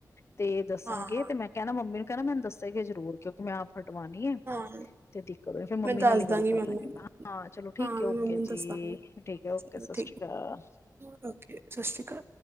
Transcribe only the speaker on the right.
ਹਾਂ ਹਾਂ
ਹਾਂ
ਮੈਂ
ਦੱਸ
ਦਾਂਗੀ
ਮੰਮਾ
ਨੂੰ
ਹਾਂ ਮੈਂ
ਮੰਮਾ
ਨੂੰ
ਦੱਸ ਦਾਂਗੀ
ਚਲੋ
ਠੀਕ
ਹੈ ਓਕੇ ਸਤਿ ਸ਼੍ਰੀ ਅਕਾਲ